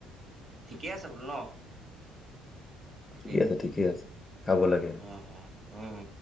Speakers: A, on the right; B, on the left.
A: ঠিকেই আছে বোলো ন বাকী
B: ঠিকে আছে ঠিকে আছে খাব লাগে।
A: অ', অ', উম হম